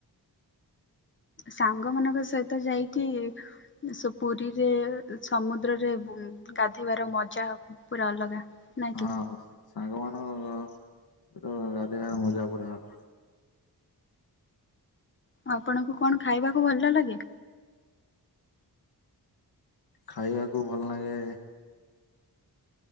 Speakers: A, on the left; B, on the left.
A: ସାଙ୍ଗ ମାନଙ୍କ ସହିତ ଯାଇକି ସୋ ପୁରୀରେ ସମୁଦ୍ରରେ ଗାଧେଇବାର ମଜା ପୁରା ଅଲଗା। ନାଇଁ
B: ହଁ
A: କି
B: ସାଙ୍ଗମାନଙ୍କର ଏ ଗାଧେଇବା ମଜା ପୁରା ଅଲଗା।
A: ଆପଣଙ୍କୁ କଣ ଖାଇବାକୁ ଭଲ ଲାଗେ?
B: ଖାଇବାକୁ ଭଲ ଲାଗେ